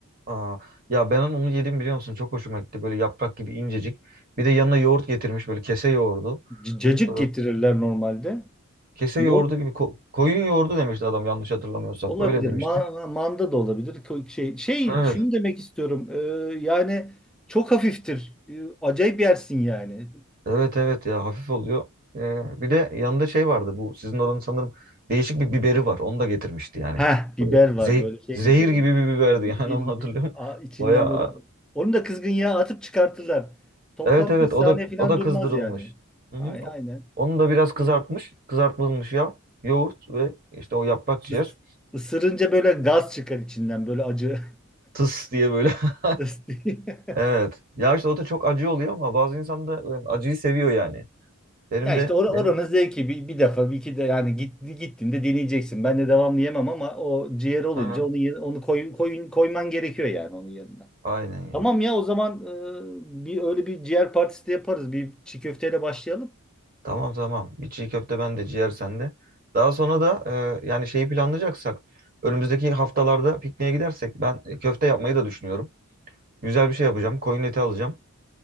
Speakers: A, on the right; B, in the centre.
A: Aa, ya ben onu yedim biliyor musun? Çok hoşuma gitti. Böyle yaprak gibi incecik. Bir de yanına yoğurt getirmiş böyle kese yoğurdu.
B: C- Cacık
A: Ee,
B: getirirler normalde.
A: kese
B: Yoğurt
A: yoğurdu gibi ko- koyun yoğurdu demişti adam yanlış hatırlamıyorsam.
B: Olabilir.
A: Öyle demişti.
B: Ma- manda da olabilir. Ko- Şey, şey
A: Evet.
B: şunu demek istiyorum. Ee, yani çok hafiftir. Ee, acayip yersin yani.
A: Evet evet ya hafif oluyor. Ee, bir de yanında şey vardı bu sizin oranın sanırım değişik bir biberi var. Onu da getirmişti yani.
B: Heh, biber
A: Böyle
B: var
A: zeh-
B: böyle şey
A: zehir
B: biberi.
A: gibi bir biberdi
B: Zehir
A: <laughs> yani onu
B: gibi.
A: hatırlıyorum.
B: A-
A: <laughs>
B: içinden
A: Baya
B: böyle. Onu da kızgın yağa atıp çıkartırlar. Toplam
A: Evet evet
B: 40 saniye
A: o da
B: falan
A: o da
B: durmaz
A: kızdırılmış.
B: yani.
A: Hı
B: Ay-
A: hı.
B: Aynen.
A: Onu da biraz kızartmış. Kızartılmış yağ, yoğurt ve işte o yaprak ciğer.
B: Is- Isırınca böyle gaz çıkar içinden böyle acı.
A: Tıs diye böyle. <laughs>
B: <laughs>
A: Evet. Ya işte o da çok acı oluyor ama bazı insan da e, acıyı seviyor yani. Benim
B: Ya işte
A: de
B: or oranın
A: benim
B: zevki bir, bir defa bir iki de yani git gittiğinde deneyeceksin. Ben de devamlı yemem ama o ciğer olunca
A: hı hı.
B: onu ye- onu koy, koy koyman gerekiyor yani onun yanına.
A: Aynen ya.
B: Tamam ya o zaman e, bir öyle bir ciğer partisi de yaparız. Bir çiğ köfteyle başlayalım.
A: Tamam tamam. Bir çiğ köfte bende, ciğer sende. Daha sonra da e, yani şeyi planlayacaksak önümüzdeki haftalarda pikniğe gidersek ben e, köfte yapmayı da düşünüyorum. Güzel bir şey yapacağım. Koyun eti alacağım.